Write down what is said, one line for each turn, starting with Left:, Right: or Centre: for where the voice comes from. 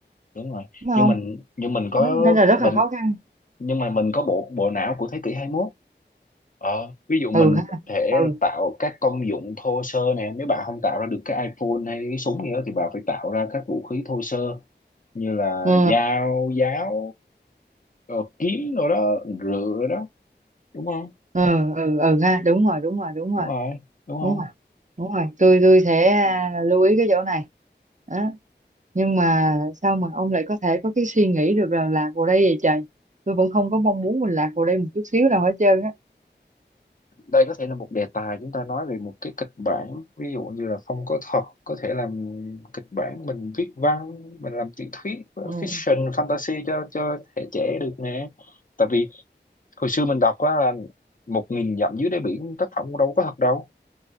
Left: đúng rồi
Right: đúng không
Left: nhưng mình nhưng mình có
Right: đó, nên là rất
Left: mình
Right: là khó khăn
Left: nhưng mà mình có bộ bộ não của thế kỷ 21 ờ, ví dụ
Right: ừ
Left: mình
Right: ha
Left: có thể
Right: ừ
Left: tạo các công dụng thô sơ nè nếu bạn không tạo ra được cái iPhone hay cái súng gì đó thì bạn phải tạo ra các vũ khí thô sơ như là
Right: ừ
Left: dao giáo ờ, kiếm rồi đó rựa đó đúng không
Right: ừ ừ ừ ha đúng rồi đúng rồi đúng rồi
Left: đúng rồi đúng không
Right: đúng rồi đúng rồi tôi tôi sẽ à, lưu ý cái chỗ này đó. nhưng mà sao mà ông lại có thể có cái suy nghĩ được là lạc vào đây vậy trời tôi vẫn không có mong muốn mình lạc vào đây một chút xíu nào hết trơn á
Left: đây có thể là một đề tài chúng ta nói về một cái kịch bản ví dụ như là không có thật có thể làm kịch bản mình viết văn mình làm tiểu thuyết fiction
Right: ừ,
Left: fantasy cho cho thế hệ trẻ được nè tại vì hồi xưa mình đọc á là một nghìn dặm dưới đáy biển tác phẩm đâu có thật đâu